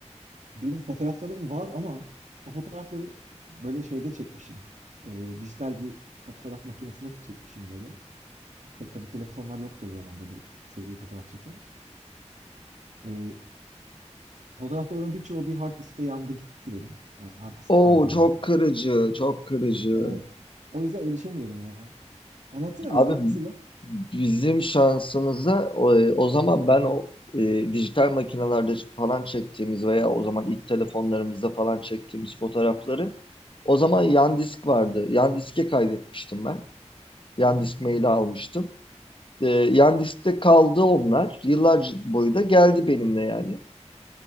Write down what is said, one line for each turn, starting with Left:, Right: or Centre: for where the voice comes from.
Right: benim fotoğraflarım var ama o fotoğrafları böyle şeyde çekmişim. Ee, dijital bir fotoğraf makinesinde çekmişim böyle. Tabi tabii telefonlar yoktu o zaman böyle seri fotoğraf çeken. Ee, fotoğraflarımın birçoğu bir hard diskte yandı gitti benim. Yani hard disk
Left: Oo
Right: arızalandı.
Left: çok kırıcı, çok kırıcı.
Right: Evet. O yüzden erişemiyorum ya. Anlatsana
Left: Abi
Right: biraz nasıllar?
Left: bizim şansımıza o, o zaman ben o e, dijital makinelerde falan çektiğimiz veya o zaman ilk telefonlarımızda falan çektiğimiz fotoğrafları o zaman yan disk vardı. Yan diske kaydetmiştim ben.
Right: Aa.
Left: Yan disk maili almıştım. E, yan diskte kaldı onlar. Yıllar boyu da geldi benimle yani.